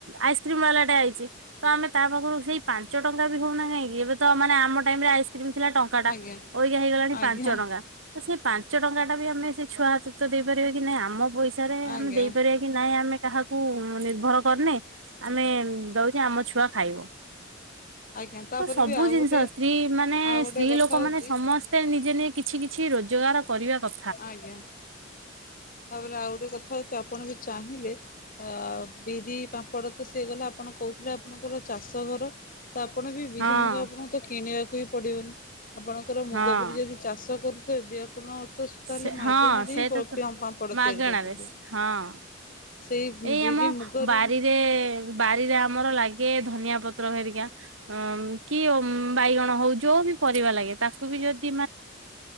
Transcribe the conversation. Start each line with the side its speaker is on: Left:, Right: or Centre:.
Right: ଆଇସ୍କ୍ରିମ ବାଲା ଟା ଆଇଛି ତ ଆମେ ତା ପାଖରୁ ସେଇ ପାଞ୍ଚ ଟଙ୍କା ବି ହଉନା କାହିଁକି ଏବେ ତ ମାନେ ଆମ ଟାଇମ ରେ ଆଇସ ସେତେବେଳେ ଥିଲା ଟଙ୍କା ଟା
Left: ଆଜ୍ଞା
Right: ଅବିକା ହେଇଗଲାଣି
Left: ଆଜ୍ଞା
Right: ପାଞ୍ଚ ଟଙ୍କା। ତ ସେ ପାଞ୍ଚ ଟଙ୍କା ଟା ବି ଆମେ ସେ ଛୁଆ ହାତକୁ ତ ଦେଇପାରିବା କି ନାଇଁ ଆମ ପଇସା ପଇସାରେ ଆମେ
Left: ଆଜ୍ଞା।
Right: ଦେଇପାରିବା କି ନାଇଁ ଆମେ କାହାକୁ ନିର୍ଭର କରିନେ। ଆମେ ଦଉଛେ ଆମ ଛୁଆ ଖାଇବ।
Left: ଆଜ୍ଞା ତାପରେ
Right: ତ ସବୁ
Left: ବି ଆଉ
Right: ଜିନିଷ
Left: ଗୋଟେ
Right: ସ୍ତ୍ରୀ ମାନେ
Left: ଆଉ ଗୋଟେ
Right: ସ୍ତ୍ରୀ
Left: କଥା
Right: ଲୋକ
Left: ହଉଛି
Right: ମାନେ ସମସ୍ତେ ନିଜେ ନେଇ କିଛି କିଛି ରୋଜଗାର କରିବା କ
Left: ଆଜ୍ଞା, ତାପରେ ଆଉ ଗୋଟେ କଥା ହଉଛି ଆପଣ ବି ଚାହିଁଲେ ଆ ବିରି ପାମ୍ପଡ଼ ତ ସିଏ ଗଲା ଆପଣ କହୁଥିଲେ ଆପଣଙ୍କର ଚାଷ ଘର। ତ ଆପଣ ବି ବିରି
Right: ହଁ
Left: ମୁଗ ଆପଣଙ୍କୁ ତ କିଣିବାକୁ ହିଁ ପଡିବନି ଆପଣଙ୍କର ମୁଗ
Right: ହଁ
Left: ବିରି ଯଦି ଚାଷ କରୁଥିବେ ବି ଆପଣ ତ ତାହେଲେ
Right: ସେ
Left: ମାଗଣାରେ
Right: ହଁ ସେଇଟା
Left: ହିଁ
Right: ତ
Left: ପାମ୍ପଡ଼
Right: ମାଗଣାରେ
Left: ତିଆରି କରିପାରିବେ
Right: ହଁ।
Left: ସେଇ
Right: ଏଇ
Left: ବିରି
Right: ଆମ
Left: ମୁଗରୁ
Right: ବାରିରେ ବାରିରେ ଆମର ଲାଗେ ଧନିଆ ପତ୍ର ହେରିକା ଅ କି ବାଇଗଣ ହଉ ଯୋଉ ବି ପରିବା ଲାଗେ ତାଙ୍କୁ ଯଦି